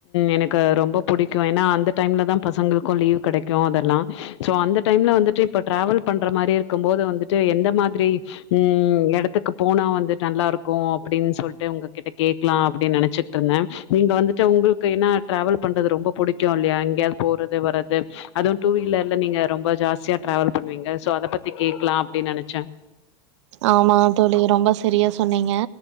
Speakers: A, on the left; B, on the right.
A: எனக்கு ரொம்ப புடிக்க ஏனா அந்த டைம்ல தா பசங்களுக்கு லீவ் கெடைக்கு அதெல்லா சோ அந்த டைம்ல வந்துட்டு இப்ப டிராவல் பண்ற மாரி இருக்கு போது வந்துட்டு எந்த மாதிரி ம் எடத்துக்கு போனா வந்து நல்லாருக்கு அப்டினு சொல்லிட்டு உங்க கிட்ட கேக்கலா அப்டினு நெனச்சு ருந்தே நீங்க வந்துட்டு உங்களுக்கு என்ன டிராவல் பண்றது ரொம்ப புடிக்கு இல்லையா எங்கயாது போறது வர்றது அதுவு டூ வீலர்ல நீங்க ரொம்ப ஜாஸ்தியா டிராவல் பண்ணுவீங்க சோ அத பத்தி கேக்கலா அப்டினு நெனச்சே
B: ஆமாங்க தோழி ரொம்ப சரியா சொன்னீங்க